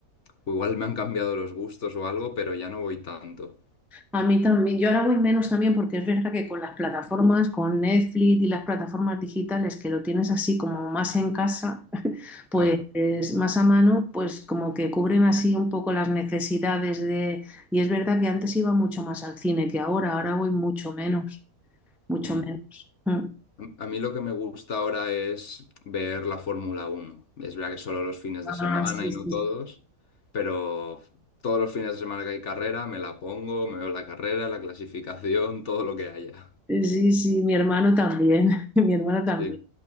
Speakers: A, on the left; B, in the centre.
A: o igual me han cambiado los gustos o algo, pero ya no voy tanto.
B: A mí también, yo ahora voy menos también porque es verdad que con las plataformas, con Netflix y las plataformas digitales que lo tienes así como más en casa, pues
A: Claro.
B: más a mano, pues como que cubren así un poco las necesidades de... Y es verdad que antes iba mucho más al cine que ahora, ahora voy mucho menos, mucho
A: Mm.
B: menos. Mm.
A: A a mí lo que me gusta ahora es ver la Fórmula Uno. Es verdad que solo los fines
B: Ah,
A: de semana
B: sí,
A: y
B: sí.
A: no todos, pero todos los fines de semana que hay carrera me la pongo, me veo la carrera, la clasificación, todo lo que haya.
B: Sí, sí, mi hermano también, <laughs> mi hermano también.
A: Sí.